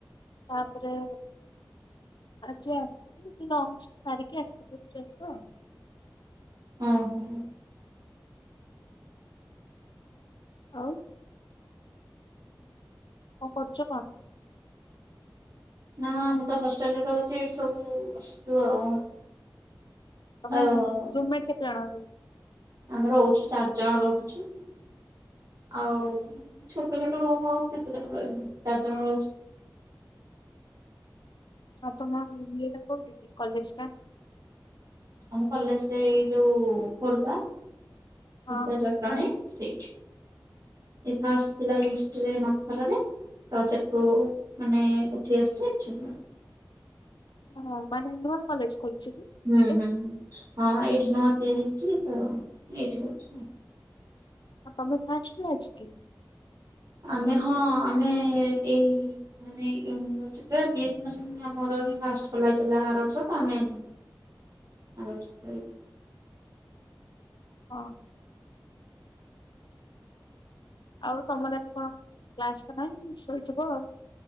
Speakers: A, on the left; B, on the right.
A: ତାପରେ ଆଜି ଆସିବି ଲଞ୍ଚ ସାରିକି ଆସିବି।
B: ହଁ ହୁଁ।
A: ଆଉ କଣ କରଛ କଣ?
B: ନା ମୁଁ ତ ହଷ୍ଟେଲରେ ରହୁଛି ଏଇଠି ସବୁ ବସିଛୁ ଆଉ।
A: ତମ
B: ଆଉ
A: ରୁମମେଟ କେତେ ଜଣ ରହୁଛ?
B: ଆମେ ରହୁଛୁ ଚାରି ଜଣ ରହୁଛି। ଆଉ ଛୋଟ ଛୋଟ ରୁମ ଆଉ କେତେ ଜଣ ରହିବୁ ଚାରି ଜଣ ରହୁଚୁ। <unintelligible>
A: ହଁ ତ ମ ଇଏଟା କଉଠିି କି କଲେଜଟା?
B: ଆମ କଲେଜ ସେଇ ଯୋଉ ଖୋର୍ଦ୍ଧା
A: ହଁ
B: ଖୋର୍ଦ୍ଧା ଜଟଣୀ। ସେଠି ଫାଷ୍ଟ ଥିଲା ଇଷ୍ଟରେ ନଖରାରେ। ତ ସେଠୁ ମାନେ ଉଠି ଆସିଛି ଏଠି।
A: ଓହ ମାନେ ନୂଆ କଲେଜ? ଖୋଲିଛି କି
B: ହୁଁ
A: ଏଇଟା?
B: ହୁଁ ହଁ ଏଇଠି ନୁଆ ତିଆରି ହେଇଛି ତ ଏଇଠି ରହୁଛି ଆଉ।
A: ହ ତମେ ଫାଷ୍ଟ ବ୍ୟାଚ୍ କି?
B: ଆମେ ହଁ ଆମେ ଏଇ ମାନେ ୟୁନିଭରସିଟିରେ ବି ଏ ସି <unintelligible> ଆମର କରିକି ଫାଷ୍ଟ ଖୋଲା ହେଇଥିଲା ଆର ବର୍ଷ ତ ଆମେ ଆ <unintelligible>
A: ହ। ଆଉ ତମ ଲାଗି କଣ କ୍ଲାସ ତ ନହିଁ ଶୋଇଥିବ ଆଉ।